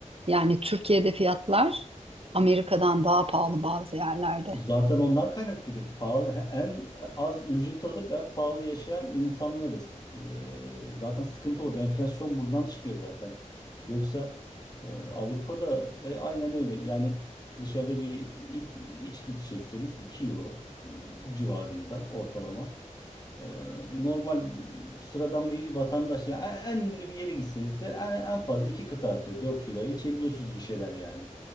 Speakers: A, on the right (about 50°); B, on the left (about 30°).
A: Yani Türkiye'de fiyatlar Amerika'dan daha pahalı bazı yerlerde.
B: Zaten ondan kaynaklanıyor. Pahalı he- en az ücret alıp en pahalı yaşayan insanlarız. Ee, zaten sıkıntı orada. Enflasyon buradan çıkıyor zaten. Yoksa e, Avrupa'da e, aynen öyle. Yani dışarıda bir iç, içki içecekseniz 2 euro e, civarında ortalama. Ee, normal sıradan bir vatandaş yani en en ünlü bir yere gitseniz de en, en fazla iki kat artıyor. dört euroya içebiliyorsunuz bir şeyler yani.